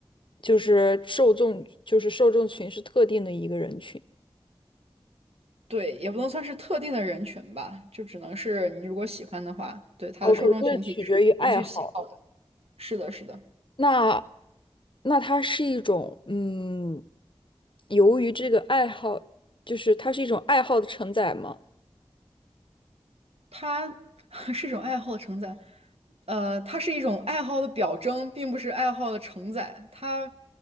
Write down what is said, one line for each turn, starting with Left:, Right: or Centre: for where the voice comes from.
Left: 就是受众，就是受众群是特定的一个人群。
Right: 对，也不能算是特定的人群吧，就只能是你如果喜欢的话，对，它的受众群体是根据喜好的。
Left: OK，这是取决于爱好。
Right: 是的，是的，
Left: 那那它是一种，嗯，由于这个爱好，就是它是一种爱好的承载吗？
Right: 它 <laughs> 是一种爱好的承载，呃，它是一种爱好的表征，并不是爱好的承载，它